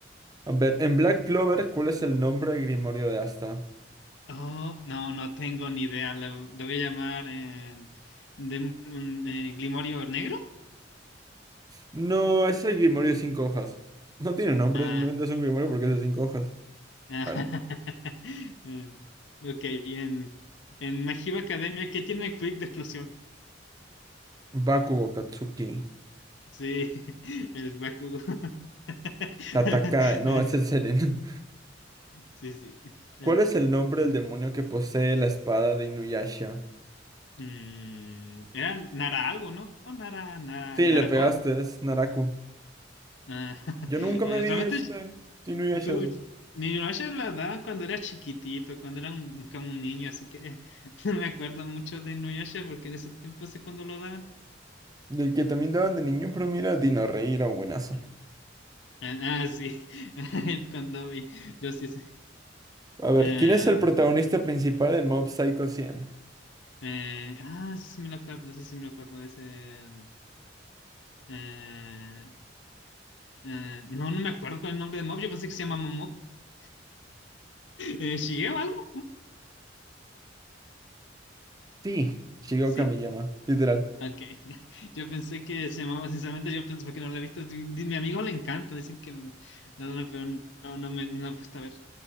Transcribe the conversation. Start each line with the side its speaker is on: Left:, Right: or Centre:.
Right: A ver, en Black Clover, ¿cuál es el nombre del Grimorio de Asta?
Left: Oh, no, no tengo ni idea. Lo, lo voy a llamar em, de, mm, eh, Grimorio Negro.
Right: No, es el Grimorio de cinco hojas. No tiene nombre,
Left: Ah,
Right: simplemente es un Grimorio porque es de cinco hojas.
Left: ah, <laughs>
Right: A ver,
Left: em, ok, en, en My Hero Academia, ¿qué tiene Quick de explosión?
Right: Bakugo Katsuki.
Left: Sí, <laughs> el Bakugo. <laughs>
Right: Tatakae. No, ese es el Seren.
Left: Sí, sí. El,
Right: ¿Cuál es el nombre del demonio que posee la espada de Inuyasha?
Left: mm, era Nara algo, ¿no? Nara, Nara,
Right: Sí,
Left: Narako.
Right: le pegaste, es Naraku.
Left: Ah, <laughs>
Right: Yo nunca
Left: eh,
Right: me vi
Left: realmente
Right: este de Inuyasha,
Left: tú,
Right: sí.
Left: Inuyasha la daba cuando era chiquitito, cuando era un- como un niño, así que eh, <laughs> no me acuerdo mucho de Inuyasha porque en esos tiempos sé cuando lo daban.
Right: del que también daban de niño, pero mira, Dino Rey era buenazo.
Left: Ujú. Ah, ah, sí, <laughs> cuando vi, yo sí sé.
Right: A ver,
Left: Em,
Right: ¿quién es el protagonista principal del Mob Psycho 100?
Left: eh, ah, eso sí me lo acuerdo, eso sí me lo acuerdo, ese... em, eh, eh, no, no me acuerdo cuál es el nombre de Mob, yo pensé que se llamaba Mob. <laughs> Eh, ¿Shigeo algo? ¿No?
Right: Sí, Shigeo
Left: sí
Right: Kamiyama, literal.
Left: Ok. <laughs> Yo pensé que se llamaba, sinceramente, yo pensé que no la he visto. Di- di- Mi amigo le encanta, dicen que lo- no, no, pero no, no no me no he puesto a ver.